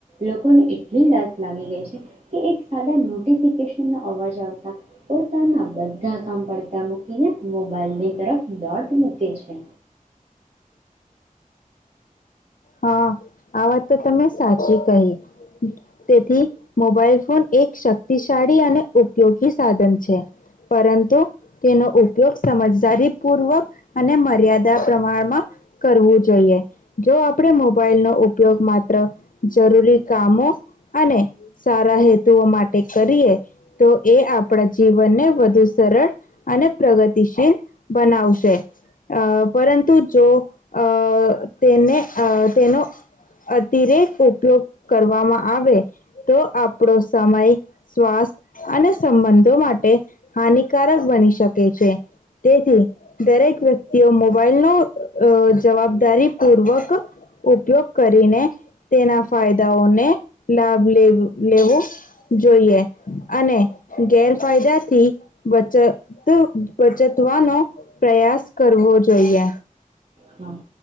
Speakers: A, on the right; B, on the left.
A: લોકોને એટલી લત લાગી ગઈ છે કે એક સાદા નોટફી ફિકેશન નો અવાજ આવતા પોતાના બધા કામ પડતા મૂકીને મોબાઈલની તરફ ડોટ મૂકે છે.
B: હા આ વાત તો તમે સાચી કહી તેથી મોબાઈલ ફોન એક શક્તિશાળી અને ઉપયોગી સાધન છે પરંતુ તેનો ઉપયોગ સમજદારી પૂર્વક અને મર્યાદા પ્રમાણમાં કરવું જોઈએ જો આપણે મોબાઈલનો ઉપયોગ માત્ર જરૂરી કામો અને સારા હેતુઓ માટે કરીએ. તો એ આપણા જીવનને વધુ સરળ અને પ્રગતિશીલ બનાવશે. અ પરંતુ જો અ તેને અ તેનો અતિરેક ઉપયોગ કરવામાં આવે તો આપણો સમય સ્વાસ્થ અને સંબંધો માટે હાનિકારક બની શકે છે. તેથી દરેક વ્યક્તિઓ મોબાઈલનો અ જવાબદારી પૂર્વક ઉપયોગ કરીને તેના ફાયદાઓને લાભ લે લેવું જોઈએ અને ગેરફાયદાથી બચત બચતવાનો પ્રયાસ કરવો જોઈએ.
A: હા